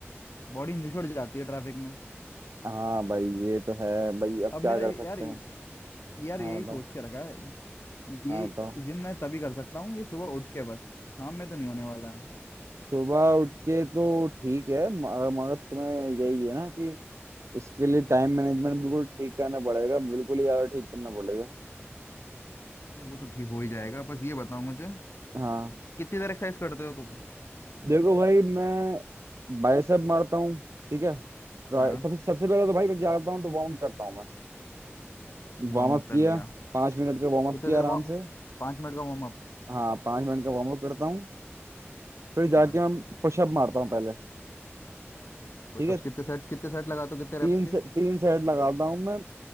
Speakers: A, on the left; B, on the right.
A: बॉडी निचुड़ जाती है ट्रैफिक में
B: हाँ भाई ये तो है भाई अब
A: अब
B: क्या
A: मेरा
B: कर सकते
A: यार
B: हैं
A: यार
B: हाँ
A: यही
B: बताओ
A: सोच के रखा है ये
B: हाँ बताओ
A: जिम मैं तभी कर सकता हूँ ये सुबह उठ के बस शाम में तो नहीं होने वाला
B: सुबह उठ के तो ठीक है मगर मगर तुम्हें यही है ना कि इसके लिए टाइम मैनेजमेंट बिल्कुल ठीक करना पड़ेगा बिल्कुल ही ज्यादा ठीक करना पड़ेगा
A: अरे वो तो ठीक हो ही जाएगा बस ये बताओ मुझे
B: हाँ
A: कितनी देर एक्सरसाइज करते हो तुम
B: देखो भाई मैं बाइसेप मारता हूँ ठीक है ट्राई
A: हाँ
B: सबसे सबसे पहले तो भाई मैं जाता हूँ तो वार्म अप करता हूँ मैं वार्म
A: वार्म
B: अप
A: अप कर
B: किया
A: लिया
B: पाँच मिनट का वार्म
A: कितने
B: अप किया
A: देर
B: आराम
A: वार्म
B: से
A: पाँच मिनट का वार्म अप
B: हाँ पाँच मिनट का वार्म अप करता हूँ फिर जाके
A: हाँ
B: मैं पुशअप मारता हूँ पहले
A: पुशअप्स
B: ठीक है
A: कितने सेट कितने सेट लगाते हो कितने
B: तीन
A: रेप्स
B: से
A: के
B: तीन सेट लगाता हूँ मैं